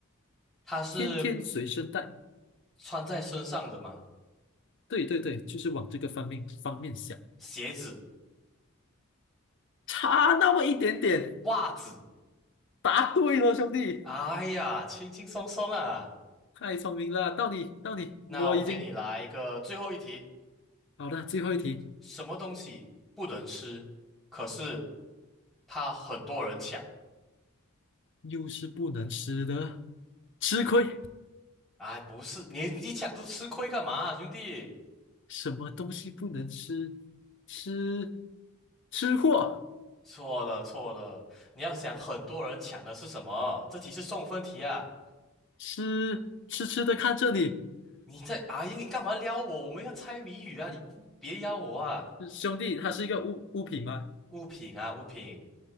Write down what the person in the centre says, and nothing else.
它是
穿在身上的吗？
鞋子、
袜子，
哎呀，轻轻松松啊。
那我给你来一个最后一题，
什么东西不能吃，可是它很多人抢？
哎，不是，你你抢这吃亏干嘛兄弟？
错了错了，你要想很多人抢的是什么？这题是送分题啊。
你在，哎，你干嘛撩我？我们要猜谜语啊！你不别邀我啊！
物品啊，物品